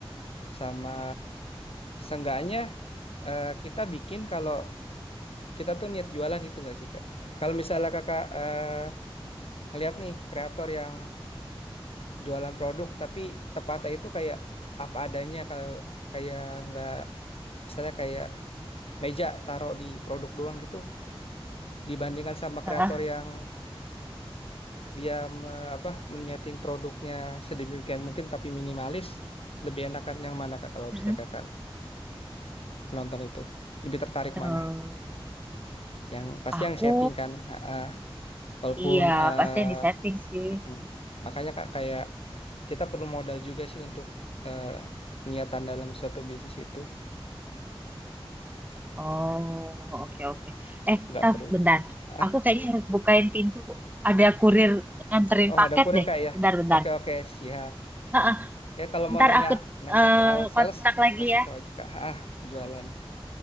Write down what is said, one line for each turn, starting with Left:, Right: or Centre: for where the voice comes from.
Left: sama seenggaknya eh, kita bikin kalau kita tuh niat jualan itu nggak sih kak kalau misalnya kakak eh, ngeliat nih kreator yang jualan produk tapi tepatnya itu kayak apa adanya kalau kayak nggak misalnya kayak meja taruh di produk doang gitu dibandingkan sama
Right: Ah,
Left: kreator
Right: ah,
Left: yang dia me- apa menyeting produknya sedemikian mungkin tapi minimalis lebih enakan yang mana Kak, kalau
Right: mm-mm.
Left: bisa kakak menonton itu lebih tertarik
Right: Eh,
Left: mana yang pasti
Right: aku
Left: yang setting kan ah, ah. walaupun
Right: iya
Left: ah,
Right: pasti yang di setting sih.
Left: mm-mm. makanya kak kayak kita perlu modal juga sih untuk eh, niatan dalam suatu bisnis itu
Right: Oh, oke oke. Eh,
Left: nggak
Right: Taf,
Left: perlu
Right: bentar.
Left: tinggi. Ah,
Right: Aku kayaknya harus bukain pintu. Ada kurir nganterin
Left: oh
Right: paket
Left: ada kurir
Right: deh.
Left: kak ya.
Right: Bentar, bentar.
Left: Oke oke siap.
Right: Heeh,
Left: Ya kalau mau
Right: Ntar
Left: nanya
Right: aku
Left: nanya
Right: eh,
Left: soal
Right: kontak
Left: sales
Right: lagi
Left: kasih
Right: ya.
Left: tahu aja kak. Ah jualan.